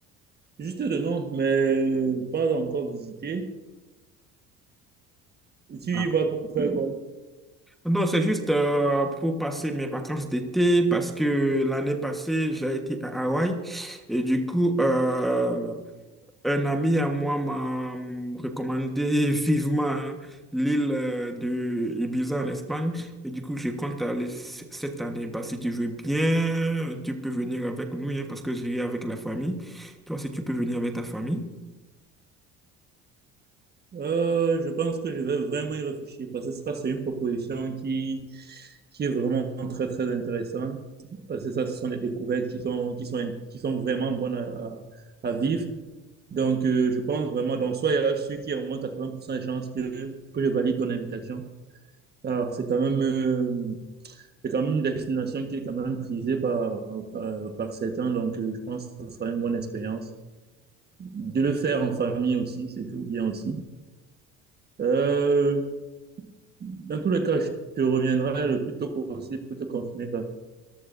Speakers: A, on the right; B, in the centre.
A: Juste de nom, mais pas encore visité. Et tu y
B: Ah,
A: vas pour faire quoi?
B: Non, c'est juste euh, pour passer mes vacances d'été parce que l'année passée, j'ai été à Hawaï et du coup, euh, Un ami à moi m'a hum, recommandé vivement hein, l'île euh, de Ibiza en Espagne. Et du coup, je compte aller c- cette année. Bah, si tu veux bien, tu peux venir avec nous, hein, parce que j'irai avec la famille. Toi, si tu peux venir avec ta famille.
A: Euh, je pense que je vais vraiment y réfléchir parce que ça, c'est une proposition qui, qui est vraiment très, très intéressante. Parce que ça, ce sont des découvertes qui sont, qui sont, qui sont vraiment bonnes à, à, à vivre. Donc, euh, je pense vraiment, donc, soit il y a sûr qu'il y a au moins quatre-vingt pour cent de chances que, que je valide ton invitation. Alors, c'est quand même, euh, c'est quand même une destination qui est quand même prisée par, par, par certains. Donc, euh, je pense que ce sera une bonne expérience. De le faire en famille aussi, c'est toujours bien aussi. Euh, Dans tous les cas, je te reviendrai le plus tôt possible pour te confirmer ça.